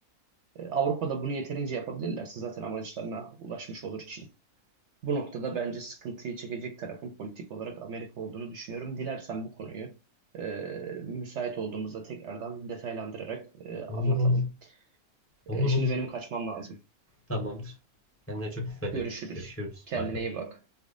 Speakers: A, on the right; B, on the left.
A: e, Avrupa'da bunu yeterince yapabilirlerse zaten amaçlarına ulaşmış olur Çin. Bu noktada bence sıkıntıyı çekecek tarafın politik olarak Amerika olduğunu düşünüyorum. Dilersen bu konuyu e, müsait olduğumuzda tekrardan detaylandırarak e, anlatalım.
B: Olur olur. Olur
A: E, şimdi
B: olur.
A: benim kaçmam lazım.
B: Tamamdır. Kendine çok dikkat
A: Görüşürüz.
B: et. Görüşürüz.
A: Kendine
B: Bay bay.
A: iyi bak.